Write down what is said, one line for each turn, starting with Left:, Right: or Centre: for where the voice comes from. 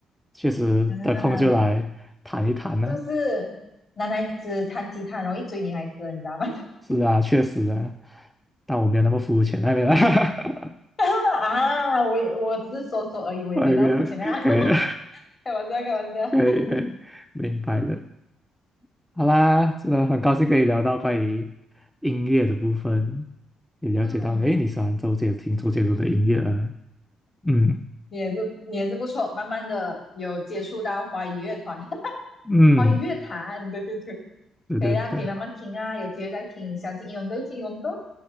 Centre: 确实得空就来弹一弹呢、
Left: 啊，那是不是男孩子弹吉他很容易追女孩子，你知道吗？
Centre: 是啊，确实啊，但我没有那么肤浅那边了，<laughs>
Left: <laughs> 啊，我也我只是说说而已，我也没到肤浅啊，
Centre: 外面可以了，
Left: <laughs> 开玩笑，开玩笑。
Centre: <laughs> 可以可以，明白的。好啦，真的很高兴可以聊到关于音乐的部分，也了解到，
Left: 嗯，
Centre: 诶，你喜欢周杰，听周杰伦的音乐啊？嗯
Left: 你也是你也是不错，慢慢的有接触到华语乐团，<laughs>
Centre: 嗯，
Left: 华语乐坛，对对对，
Centre: 对对对，
Left: 可以啦，可以慢慢听啊，有机会再听，想听英文歌就听英文歌。